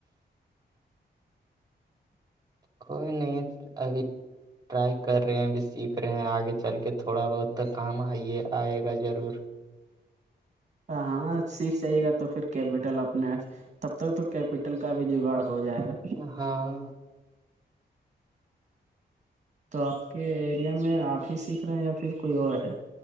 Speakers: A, on the right; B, on the right.
A: کوئی نہیں اب ٹرائی کر رہے ہیں بھی سیکھ رہے ہیں آگے چل کے تھوڑا بہت تو کام آئیے آئے گا ضرور
B: ہاں سیس چاہے گا تو پھر کیپٹل اپنے تب تک تو کیپیٹل کا بھی جگاڑ ہو جائے گا
A: ہاں
B: تو آپ کے ایریا میں آپ ہی سیکھ رہے ہیں یا پھر کوئی اور ہے